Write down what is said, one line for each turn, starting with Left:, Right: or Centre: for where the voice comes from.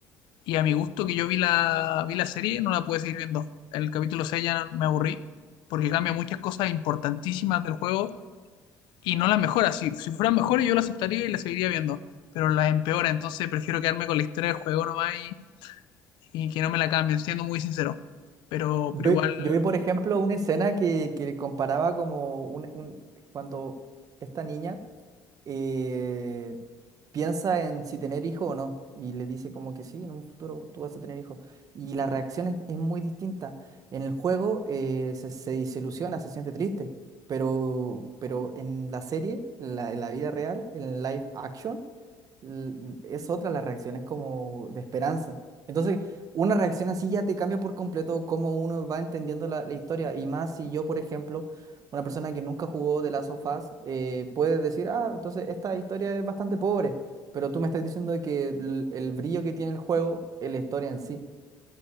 Left: Y a mi gusto que yo vi la, vi la serie, no la pude seguir viendo. En el capítulo 6 ya me aburrí, porque cambia muchas cosas importantísimas del juego y no las mejora. Si, si fueran mejores, yo las aceptaría y las seguiría viendo, pero las empeora. Entonces prefiero quedarme con la historia del juego nomás y, y que no me la cambien, siendo muy sincero. Pero,
Right: Yo,
Left: pero
Right: vi,
Left: igual,
Right: yo vi, por ejemplo, una escena que, que comparaba como un, un- cuando esta niña. eh, piensa en si tener hijo o no. Y le dice como que sí, en un futuro tú vas a tener hijo. Y la reacción es, es muy distinta. En el juego eh, se, se desilusiona, se siente triste. Pero, pero en la serie, la- en la vida real, en live action, l- es otra la reacción, es como de esperanza. Entonces, una reacción así ya te cambia por completo cómo uno va entendiendo la, la historia. Y más si yo, por ejemplo, una persona que nunca jugó de Last of Us, eh, puede decir, ah, entonces esta historia es bastante pobre, pero tú me estás diciendo de que el, el brillo que tiene el juego es la historia en sí.